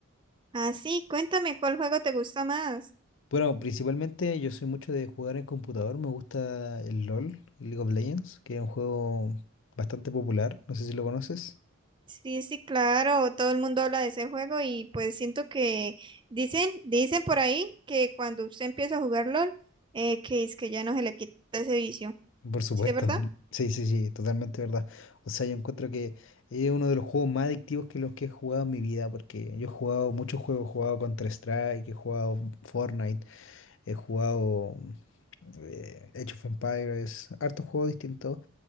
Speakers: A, on the right (about 20°); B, on the left (about 65°).
A: Ah, sí, cuéntame, ¿cuál juego te gusta más?
B: Bueno, principalmente yo soy mucho de jugar en computador. Me gusta el LOL, el League of Legends, que es un juego bastante popular. No sé si lo conoces.
A: Sí, sí, claro, todo el mundo habla de ese juego y pues siento que dicen, dicen por ahí que cuando usted empieza a jugar LOL, eh, que es que ya no se le quita ese vicio.
B: Por supuesto,
A: ¿Sí es verdad?
B: sí, sí, sí, totalmente verdad. O sea, yo encuentro que es uno de los juegos más adictivos que los que he jugado en mi vida, porque yo he jugado muchos juegos, he jugado Counter-Strike, he jugado Fortnite, he jugado eh, Age of Empires, hartos juegos distintos,